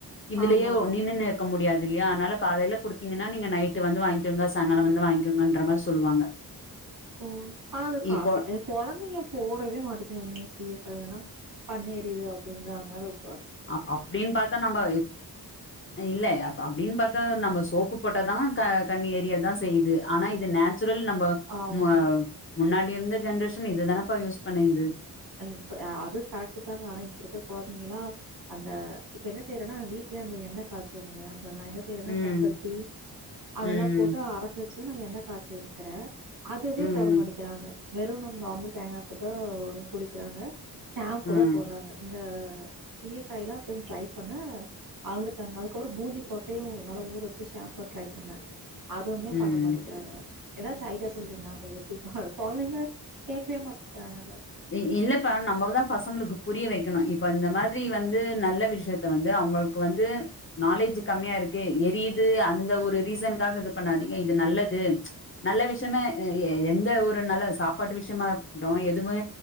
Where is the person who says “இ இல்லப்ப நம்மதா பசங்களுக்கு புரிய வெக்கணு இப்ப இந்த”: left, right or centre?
Left